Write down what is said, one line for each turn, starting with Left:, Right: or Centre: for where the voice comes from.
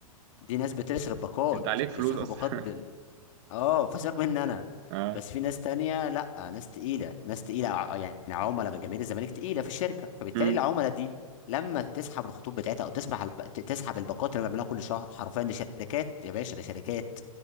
Left: دي ناس بتصرف
Right: <laughs>
Left: باقات
Right: انت عليك فلوس
Left: بيصرفوا
Right: اصلا
Left: باقات بال اه فسيبك مني انا
Right: <laughs> اه
Left: بس في ناس تانية لا ناس تقيلة ناس تقيلة ع- آه، يعني عملاء من جماهير الزمالك تقيلة في الشركة فبالتالي
Right: امم
Left: العملاء دي لما تسحب الخطوط بتاعتها او تسمح الب... ت- تسحب الباقات اللي بيعملوها كل شهر حرفيا دي شركات يا باشا دي شركات